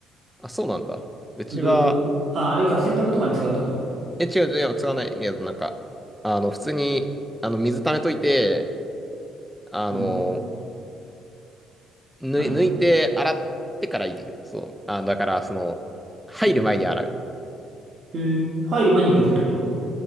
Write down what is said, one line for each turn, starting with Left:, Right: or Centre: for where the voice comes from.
Centre: あ、そうなんだ。うちは、
Right: そう。ど、どういうことあ、あれか、洗濯とかに使うってこと
Centre: え、違う、違う、違わないけど、なんか、あの、普通に、あの、水溜めといて、あの、
Right: うん。
Centre: ぬい、
Right: 何
Centre: 抜いて洗ってから入れる。そう。あ、だから、その、入る前に洗う。
Right: うん。えー、入る前に抜くってこと